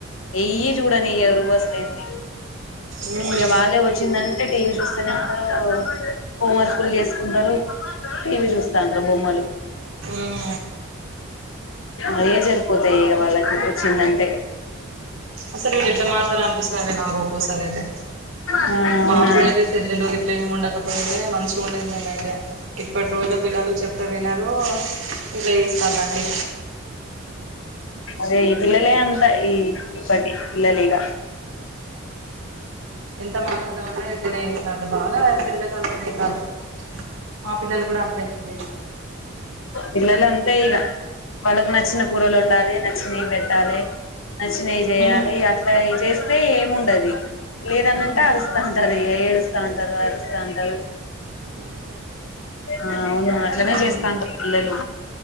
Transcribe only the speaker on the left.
ఎయ్యి చూడనియ్యరు అసలేంది.
ఇగ వాళ్ళే వచ్చిందంటే టీవీ చూస్తనే ఉంటరు, హోం వర్కులు చేసుకుంటరు. టీవీ చూస్తా అంటరూ బొమ్మలు.
అయ్యే జరిపోతయి ఇగ వాళ్ళకి వచ్చిందంటే.
ఆ అవునా
అదే ఈ పిల్లలే అంత, ఈ ఈప్పటి పిల్లలిగా.
పిల్లలు అంతే ఇగ వాళ్ళకి నచ్చిన కూరలు ఉండాలి నచ్చినయి పెట్టాలే. నచ్చినవి చేయాలి
అట్లా చేస్తే ఏముండది, లేదనంటే
అరుస్తంటది. ఏడుస్తంటరు, అరుస్తంటరు
ఆ అవునా. ఇట్లనే
చేస్తాంటరు పిల్లలు.